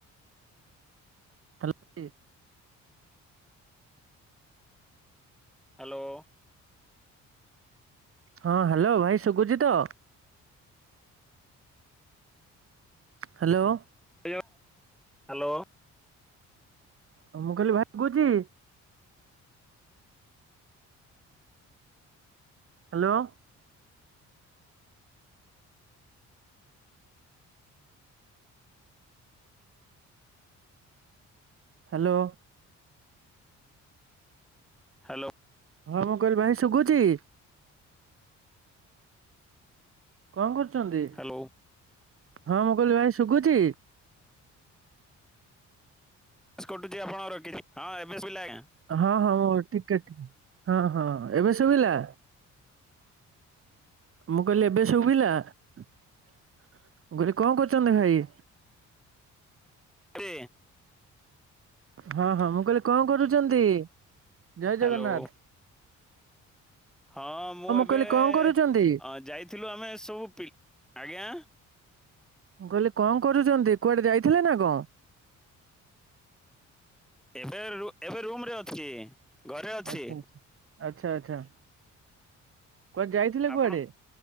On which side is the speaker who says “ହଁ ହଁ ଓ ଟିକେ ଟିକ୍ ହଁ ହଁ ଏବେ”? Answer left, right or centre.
Right